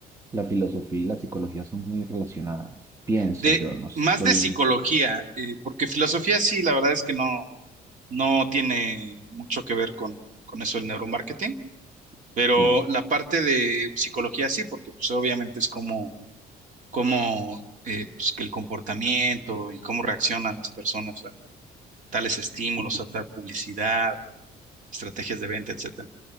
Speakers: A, on the right; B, on the right.
A: la filosofía y la psicología son muy relacionadas. Pienso
B: de,
A: yo, no estoy...
B: más de psicología, eh, porque filosofía sí, la verdad es que no, no tiene mucho que ver con, con eso del neuromarketing, pero
A: bien.
B: la parte de psicología sí, porque pues obviamente es como, como eh, pues, que el comportamiento y cómo reaccionan las personas a tales estímulos, a tal publicidad, estrategias de venta, etc.